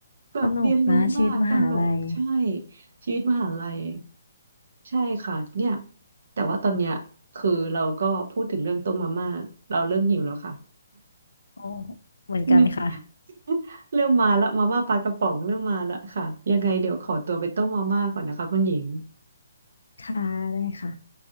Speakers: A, on the right; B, on the left.
A: แบบเรียนรู้มากตลกใช่
B: สนุกนะชีวิตมหาลัย
A: ชีวิตมหาลัยใช่ค่ะเนี่ยแต่ว่าตอนเนี้ยคือเราก็พูดถึงเรื่องต้มมาม่าเราเริ่มหิวแล้วค่ะ
B: โอ้เหมือนกันค่ะ
A: <laughs> <laughs> เริ่มมาละมาม่าปลากระป๋องเริ่มมาละค่ะยังไงเดี๋ยวขอตัวไปต้มมาม่าก่อนนะคะคุณหญิง
B: ค่ะได้ค่ะ